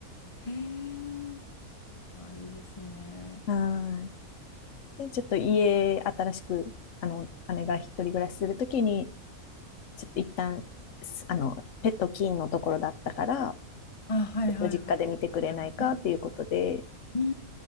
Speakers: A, on the left; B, on the left.
A: へえ。あ、いいですね。
B: はい。で、ちょっと家、新しく、あの、姉が一人暮らしするときに、ちょっと一旦、すあの、ペット禁のところだったから、
A: あ、はいはいはい。
B: ちょっと実家で見てくれないかっていうことで、
A: ねうんう